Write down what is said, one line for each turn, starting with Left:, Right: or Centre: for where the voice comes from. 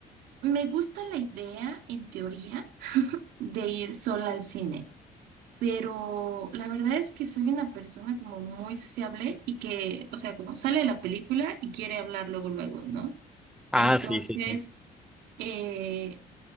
Right: me gusta la idea en teoría de ir sola al cine, pero la verdad es que soy una persona como muy sociable y que, o sea, como sale de la película y quiere hablar luego, luego, ¿no?
Centre: Ah,
Right: Entonces,
Centre: sí, sí, sí.
Right: eh,